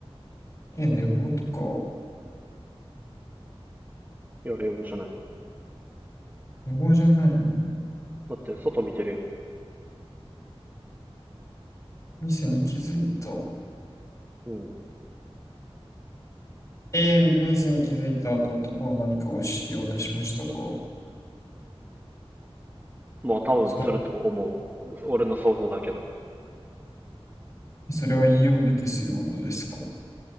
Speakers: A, on the left; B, on the right.
A: え、寝坊とか、
B: いや、冷房じゃない。
A: 寝坊じゃないの
B: だって、外見てるやん。
A: ミスに気づいた。
B: うん。
A: えー、ミスに気づいた後、男は何かをしようとしましたか
B: まあ、多分すると思う。
A: それ、
B: 俺の想像だけど。
A: それは家を出てすることですか来